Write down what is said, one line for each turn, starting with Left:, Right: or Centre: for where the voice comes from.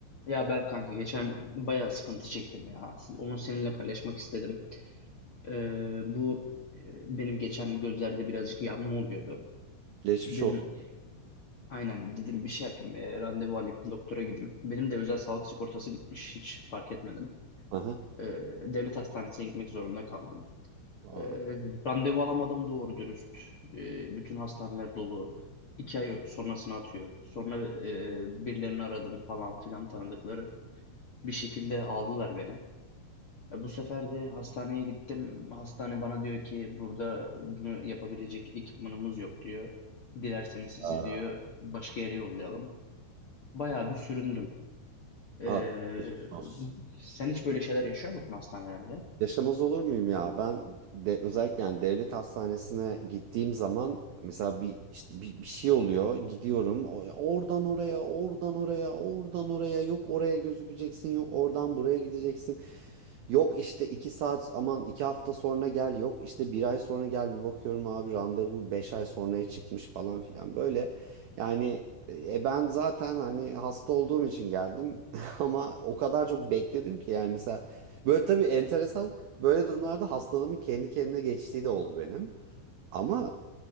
Left: Ya Berk kanka geçen bayağı sıkıntı çektim ya. Onu seninle paylaşmak istedim. Ee, bu e, benim geçen gözlerde birazcık yanma oluyordu.
Right: Geçmiş
Left: Dedim
Right: olsun.
Left: aynen dedim bir şey yapayım e, randevu alayım doktora gideyim. Benim de özel sağlık sigortası bitmiş hiç fark etmedim.
Right: Aha.
Left: Ee, devlet hastanesine gitmek zorunda kaldım.
Right: Aa.
Left: Ee, randevu alamadım doğru dürüst. Ee, bütün hastaneler dolu. İki ay sonrasını atıyor. Sonra e, birilerini aradım falan filan tanıdıkları. Bir şekilde aldılar beni. E, Bu sefer de hastaneye gittim. Hastane bana diyor ki burada bunu yapabilecek ekipmanımız yok diyor. Dilerseniz sizi
Right: Aa,
Left: diyor başka yere yollayalım. Bayağı bir süründüm. E,
Right: Abi, geçmiş olsun.
Left: sen hiç böyle şeyler yaşıyor musun hastanelerde?
Right: Yaşamaz olur muyum ya? Ben de özellikle yani devlet hastanesine gittiğim zaman mesela bir işte bir, bir şey oluyor. Gidiyorum O- oradan oraya, oradan oraya, oradan oraya. Yok oraya gözükeceksin, yok oradan buraya gideceksin. Yok işte iki saat aman iki hafta sonra gel yok işte bir ay sonra gel bir bakıyorum abi randevu beş ay sonraya çıkmış falan filan böyle yani e, ben zaten hani hasta olduğum için geldim <laughs> ama o kadar çok bekledim ki yani mesela böyle tabii enteresan böyle durumlarda hastalığımın kendi kendine geçtiği de oldu benim ama